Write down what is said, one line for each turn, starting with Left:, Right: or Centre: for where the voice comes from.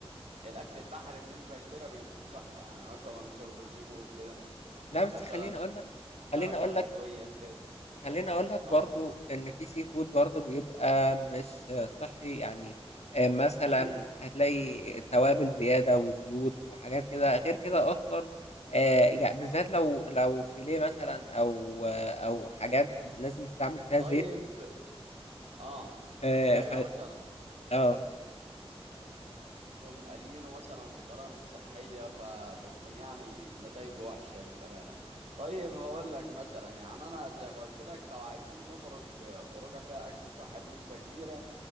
Right: الاكل البحري بنسبه كبيره بيكون صح يعني مثلا شوربه سي فود كده
Left: لا بس
Right: مثلا
Left: خليني اقول لك خليني
Right: سمكه
Left: اقول
Right: مشويه
Left: لك
Right: كده
Left: خلّيني أقول لك برضه
Right: اه
Left: إن في sea food برضه بيبقى مش صحّي، يعني آآ مثلًا
Right: اكيد
Left: هتلاقي توابل زيادة وزيوت وحاجات كده، غير كده أصلًا آآ يع بالذات لو لو فيليه مثلًا أو آه، أو حاجات لازم يستعمل فيها
Right: طيب
Left: زيت
Right: اه
Left: آآ
Right: ايوه
Left: ف
Right: مثلا
Left: آه.
Right: يكون قليينه مثلا بطريقه مش صحيه فبتكون يعني نتائجه وحشه للامانه طيب هقول لك مثلا يعني انا زي ما قلت لك لو عايزين نخرج آه، خروجه فيها اكل صح بنسبه كبيره